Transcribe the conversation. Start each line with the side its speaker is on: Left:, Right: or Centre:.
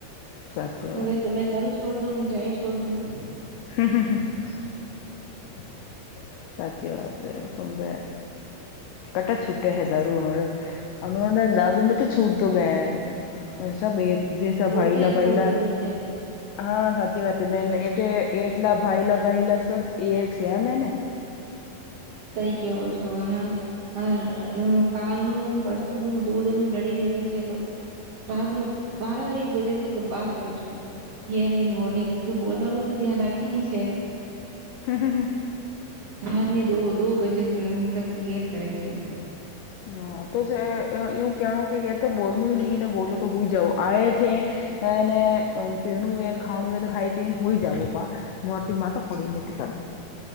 Left: સાચી
Right: મર
Left: વાત
Right: તમે તારું છોડ દો મ જાય છોડ દુંગી
Left: હા હા હા સાચી વાત ખુંબ કટા છૂટા હે દારૂ અનેને દારૂ નથી તો છૂટતો બેહેન સબ એ જેસે
Right: રોટિયા
Left: ભાઈલા ભાઈલા
Right: છોડ દેવી છે.
Left: હા સાચી વાત મે એ એટલા ભાઈલા ભાઈલા સબ એક છે એમ એને.
Right: સહી કેવો છો અને <unintelligible> કાલનું પરશુનું દૂધ નું લડી <unintelligible> રાતનું <unintelligible> બારા એક બજે તક બાદ કરો છો. એ નહીં ને વો નહી તું બોલવાનું તો ધ્યાન રાખી છે
Left: હા હા હા
Right: રાતની દો દો બજે થક ઘેર કરે છે
Left: હા ત કેવાનું કે કતો બોલનું નહી એને બોલો તો હું જઉં આવે છે અને પીણું હોયને ખાવાણું હોય તો ખાઈ પેન હોય જાવ બા મોતી માથ પડી એને <unintelligible>